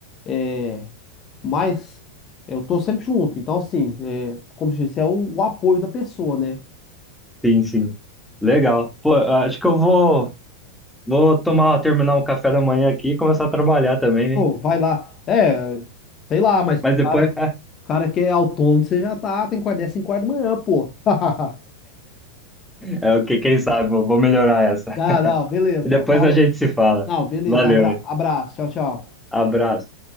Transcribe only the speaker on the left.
É, Mas é, eu tô sempre junto. Então, assim, é, como se disse, é o, o apoio da pessoa, né?
Pô, vai lá. É, sei lá, mas pro
cara,
cara que é autônomo, você já tá, tem que acordar 5 horas da manhã, pô. <laughs>
Não, não, beleza.
Então,
falou.
Não, beleza.
Abra,
abraço. Tchau, tchau.